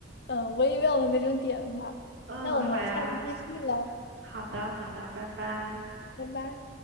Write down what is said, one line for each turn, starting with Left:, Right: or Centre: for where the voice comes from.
Left: 嗯微妙的那种点吧。
Right: 嗯，
Left: 那我们下次继续了，
Right: 好呀，好的好的，拜拜。
Left: 拜拜。